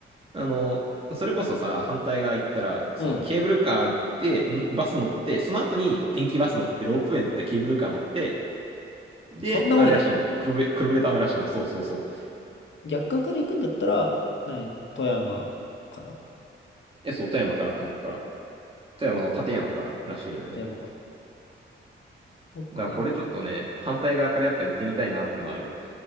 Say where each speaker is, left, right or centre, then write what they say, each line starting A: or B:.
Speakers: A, on the right; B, on the left.
A: あの、それこそさ、反対側行ったら、そのケーブルカー行って、
B: うん。
A: んバス乗って、その後に電気バス乗って、ロープウェイ乗って、ケーブルカー乗って、で、
B: そんな多いの
A: あれらしいのよ、黒部、黒部ダムらしいのよ、そうそうそう。
B: 逆側から行くんだったら、何富山から
A: え、そう、富山から、富山から。富山の立山かららしいのよね。
B: 富山から。そっかなる。
A: だからこれちょっとね、反対側からやっぱ行ってみたいなってのはあるよ。